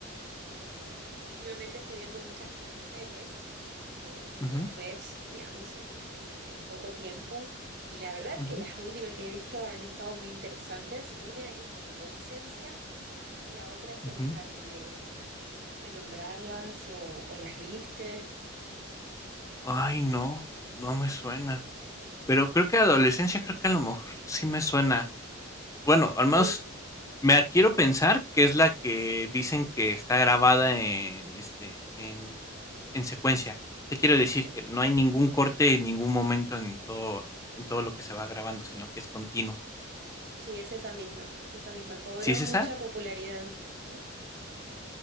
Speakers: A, on the right; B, on the left.
A: pero últimamente estoy viendo muchas miniseries que
B: ujú,
A: las ves, digamos, en, en, en poco tiempo y la verdad
B: ujú,
A: que las últimas que he visto han estado muy interesantes. Una es, bueno, Adolescencia y la otra es
B: ujú.
A: El Jardinero. No sé si escuchaste nombrarlas o, o las viste.
B: Ay, no, no me suenan. Pero creo que adolescencia, creo que a lo mejor sí me suena. Bueno, al menos
A: Sí,
B: me quiero
A: ujú,
B: pensar que es la que dicen que está grabada en este en, en secuencia. ¿Qué quiero decir?
A: sí,
B: Que no hay ningún corte en ningún momento en todo, en todo lo que se va grabando, sino que es continuo.
A: sí, es esa misma, es esa misma. Cobró
B: ¿Sí es
A: mucha
B: esa?
A: popularidad. Ujú.